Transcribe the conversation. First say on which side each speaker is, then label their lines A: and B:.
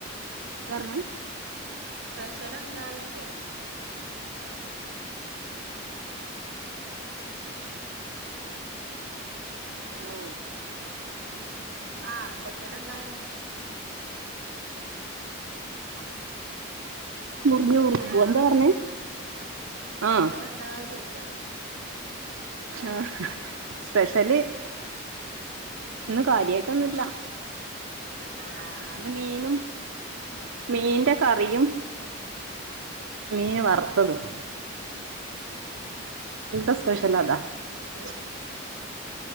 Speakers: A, on the right; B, on the right.
A: ന്തർഞ്
B: സ്പെഷ്യലെന്താ യ്ച്ച
A: അലോ
B: ആഹ് സ്പെഷ്യലെന്താ ആഹ്
A: മുറിഞ്ഞു മുറിഞ്ഞു
B: ഹലോ
A: പോവാ എന്താ പറഞ്ഞേ
B: സ്പെഷലെന്താ
A: ആ
B: ചോയിച്ചാ
A: ആഹ് സ്പെഷ്യല് ഇന്ന് കാര്യായിട്ടൊന്നുല്ല
B: ആഹ്
A: ന്ന് മീനും മീന്റെ കറിയും മീൻ വർത്തതും ഇന്നത്തെ സ്പെഷ്യലതാ
B: പി <unintelligible>